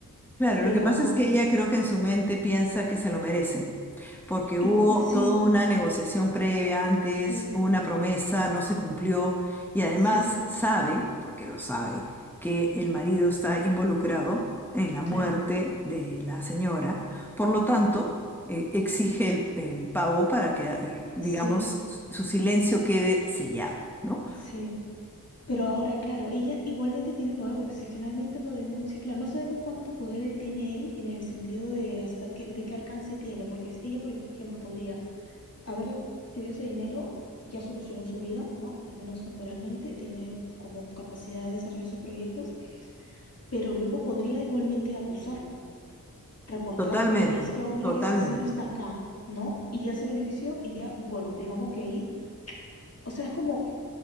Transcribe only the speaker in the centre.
Claro,
lo que pasa
es que
ella creo que en su mente piensa que se lo merece. porque
hubo
toda una negociación previa antes,
una promesa, no se cumplió y además
sabe, porque lo sabe, que el marido está involucrado en la muerte
de la señora, por lo tanto, eh, exige el, el pago para que, eh, digamos,
su su silencio quede sellado, ¿no?
Totalmente,
totalmente.